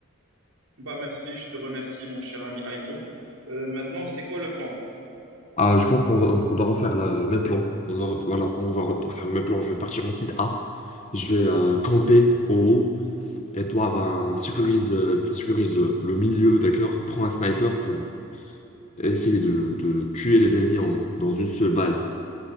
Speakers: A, on the right; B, on the left.
A: Bah, merci, je te remercie, mon cher ami Aizo. Euh, maintenant, c'est quoi le plan?
B: Ah, je pense qu'on qu'on doit refaire la- le même plan. On va, voilà, on va refaire le même plan. Je vais partir en site A. Je vais euh, camper au haut. Et toi, va sécurise, euh, sécurise le milieu, d'accord? Prends un sniper pour essayer de, de tuer les ennemis en- dans une seule balle,